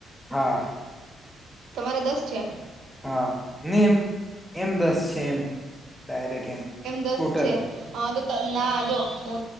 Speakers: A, in the centre; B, on the right (about 75°).
A: હા.
B: તમારે દસ છે?
A: હા ને, એમ એમ દસ છે, એમ ડાયરેક્ટ એમ
B: દસ
A: ટોટલ.
B: છે હા, તો ના જો તો.